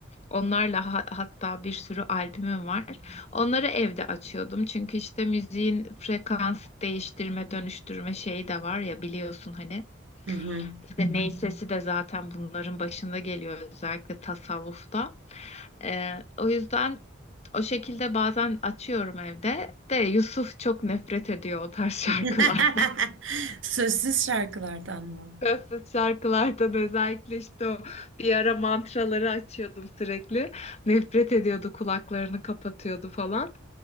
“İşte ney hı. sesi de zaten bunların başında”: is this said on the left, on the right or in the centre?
Left